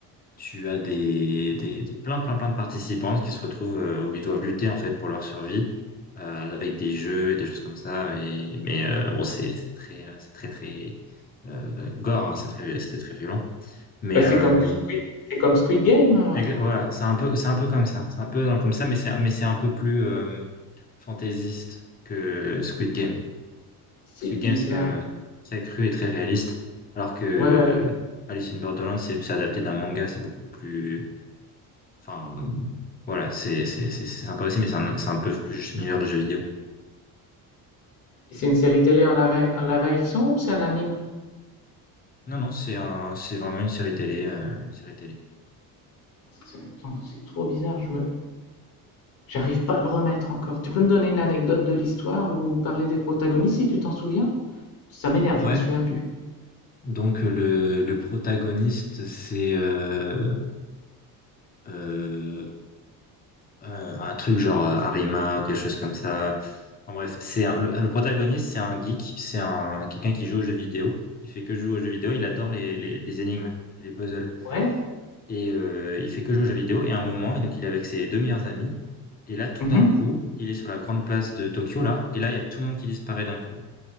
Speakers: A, on the left; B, on the left.
A: tu as des, des, des plein plein plein de participants qui se retrouvent euh, où ils doivent lutter en fait pour leur survie euh, avec des jeux et des choses comme ça. Et, mais euh, bon, c'est c'est très euh, c'est très très euh, gore, hein, c'est très c'était très violent. Mais
B: Bah, c'est
A: euh,
B: comme Squid, c'est comme Squid Game alors.
A: avec- voilà, c'est un peu c'est un peu comme ça, c'est un peu comme ça, mais c'est mais c'est un peu plus euh, fantaisiste que Squid Game.
B: C'est
A: Parce
B: bizarre.
A: que Game, c'est quand même euh, très cru et très réaliste. Alors que
B: Ouais, ouais, ouais.
A: Alice in Borderland, c'est c'est adapté d'un manga, c'est beaucoup plus. Enfin, euh, voilà, c'est c'est- c'est- c'est sympa aussi, mais c'est un, c'est un peu plus univers de jeux vidéo.
B: Et c'est une série télé en live, en live action ou c'est un anime?
A: Non, non, c'est un, c'est vraiment une série télé, euh, une série télé.
B: C'est- Attends, c'est trop bizarre. Je me, J'arrive pas à le remettre encore. Tu peux me donner une anecdote de l'histoire ou parler des protagonistes si tu t'en souviens? Ça m'énerve,
A: Ouais,
B: je me souviens plus.
A: donc euh, le, le protagoniste, c'est euh, euh, Euh, un truc genre euh, Arima, quelque chose comme ça. En bref, c'est un- le, le protagoniste, c'est un geek, c'est un quelqu'un qui joue aux jeux vidéo. Il fait que jouer aux jeux vidéo, il adore les, les, les énigmes et les puzzles.
B: Ouais?
A: Et euh, il fait que jouer aux jeux vidéo. Et à un moment, et donc il est avec ses deux meilleurs amis. Et là, tout
B: Mhm.
A: d'un coup, il est sur la grande place de Tokyo, là. Et là, il y a tout le monde qui disparaît d'un coup.